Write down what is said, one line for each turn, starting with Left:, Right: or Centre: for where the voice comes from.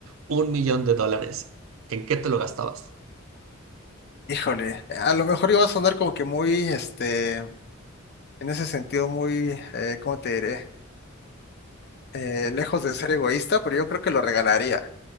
Right: Un millón de dólares. ¿En qué te lo gastabas?
Left: Híjole, a lo mejor iba a sonar como que muy, este, en ese sentido, muy, eh, ¿cómo te diré? Eh, lejos de ser egoísta, pero yo creo que lo regalaría.